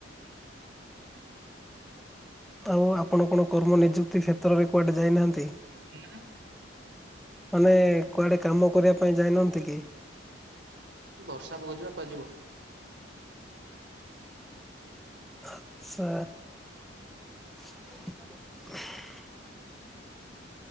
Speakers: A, in the centre; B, on the right (about 65°).
A: ଆଉ ଆପଣ କଣ କର୍ମ ନିଯୁକ୍ତି କ୍ଷେତ୍ରରେ କୁଆଡେ ଯାଇନାହାନ୍ତି।
B: ହଁ।
A: ମାନେ କୁଆଡେ କାମ କରିବା ପାଇଁ ଯାଇନାହାନ୍ତି କି?
B: ବର୍ଷା ପକ ଯିବା କୁହାଯିବ।
A: ଆଚ୍ଛା। <inaudible>